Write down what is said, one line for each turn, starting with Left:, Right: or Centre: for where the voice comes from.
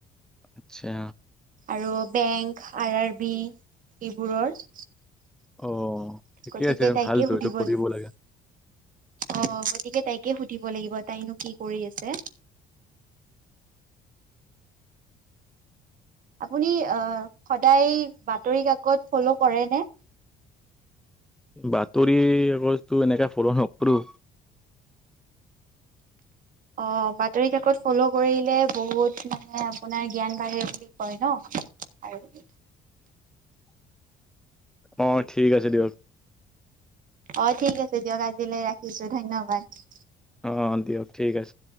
Centre: আত্ছা
Right: আৰু বেংক আৰ আৰ বি এইবোৰৰ
Centre: অ ঠিকে
Right: গতিকে
Centre: আছে
Right: তাইকে
Centre: ভালতো
Right: সুধিব
Centre: এইটো কৰিব
Right: লাগিব
Centre: লাগে
Right: অ গতিকে তাইকে সুধিব লাগিব তাইনো কি কৰি আছে আপুনি সদায় বাতৰি কাকত ফ'ল' কৰে নে
Centre: বাতৰি কাকত টো এনেকে ফলো নকৰোঁ
Right: অ বাতৰি কাকত ফ'ল' কৰিলে বহুত মানে আপোনাৰ জ্ঞান বাঢ়ে বুলি কয় ন আৰু
Centre: <inaudible> অ ঠিক আছে দিয়ক
Right: অ ঠিক আছে দিয়ক আজিলৈ ৰাখিছোঁ ধন্যবাদ
Centre: অ দিয়ক ঠিক আছে